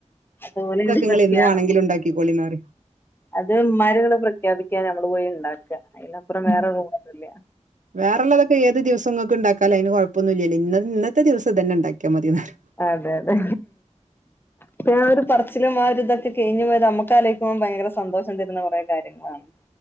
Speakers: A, on the left; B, on the right.
A: തോല് ചെത്തിയാൽ
B: ഇങ്ങള് എന്നും വാണെങ്കിലും ഇണ്ടാക്കിക്കോളിന്ന് പറയും
A: അത് ഇമ്മര് പ്രഖ്യാപിക്കാ നമ്മള് പോയി ഉണ്ടാക്കുക അതിനപ്പുറം വേറെ ഒന്നുമില്ല
B: വേറെ ഉള്ളതൊക്കെ ഏത് ദിവസംങ്ങൾക്ക് ഉണ്ടാക്കാല അന് കുഴപ്പൊന്ന ഇില്ലല്ല ഇന്ന് ഇന്നത്തെ ദിവസം തന്നെ ഉണ്ടാക്കിയാ മതിയന്ന പറയും
A: അതെ അതെ ഇപ്പോ ഞാൻ പറച്ചിലും മാരിത്കഴിഞ്ഞഞ്ഞ പോയത് നമക്കാലേക്കുമ്പോ ഭയങ്കര സന്തോഷം തരുന്ന കുറെേ കാര്യങ്ങളാണ്.